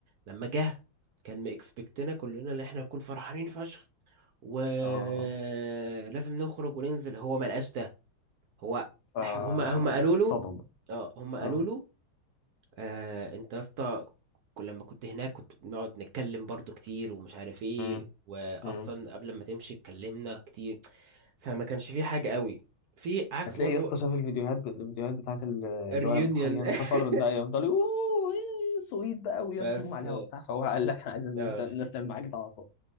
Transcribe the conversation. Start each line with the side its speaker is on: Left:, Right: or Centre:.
Right: لما جه كان مكسبكتنا كلنا ان احنا نكون فرحانين فشخ ولازم
Left: اه
Right: نخرج وننزل هو ما لقاش ده هو
Left: فاتصدم
Right: هما هما قالوا له اه هما قالوا
Left: اه
Right: له آه انت يا اسطى كل- لما كنت هناك كنت بنقعد نتكلم برضو كتير ومش عارف ايه
Left: مم.
Right: واصلا
Left: مم.
Right: قبل ما تمشي اتكلمنا كتير فما كانش في حاجة قوي في عكس
Left: هتلاقي
Right: برضو
Left: يا اسطى شاف الفيديوهات الفيديوهات بتاعت ال-
Right: الريونيون
Left: اللي هو لما كان حد جاي من
Right: <laughs>
Left: السفر بقى يفضل يقول اوه إيه، سويت بقى ويصرخهم
Right: بس
Left: على الهوا بتاع فهو قال لك انا عايز الناس
Right: آه
Left: الناس تعمل معاك ده على طول